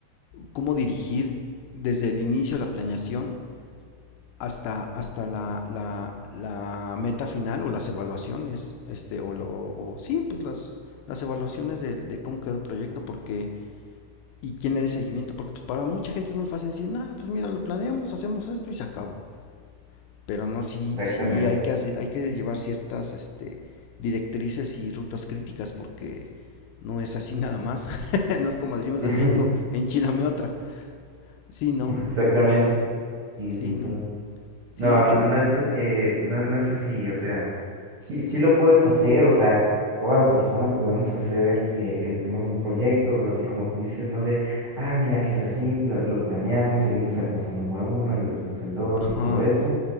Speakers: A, on the left; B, on the right.
A: cómo dirigir desde el inicio de la planeación hasta, hasta la, la, la meta final o las evaluaciones, este, o, o, o sí, pues las, las evaluaciones de, de, cómo quedó el proyecto, porque y quién le dé seguimiento, porque pues para mucha gente es muy fácil decir, no, nah, pues mira, lo planeamos, hacemos esto y se acabó. Pero no, sí,
B: Exactamente.
A: sí hay que hacer- hay que llevar ciertas este, directrices y rutas críticas, porque no es así nada más. <laughs> no es como decimos
B: <laughs>
A: en México, enchilame otra. Sí, no,
B: Exactamente. Sí, sí,
A: sí,
B: sí.
A: no.
B: No,
A: Sí,
B: no,
A: que-
B: no es, eh, no, no es así, o sea, sí, sí lo puedes hacer, o sea, todas las personas podemos hacer eh, el tema de un proyecto, así como tú dices, ¿no? De, ah, mira que es así, pla- lo planeamos, seguimos el paso número uno, el después el dos
A: ajá,
B: y todo eso,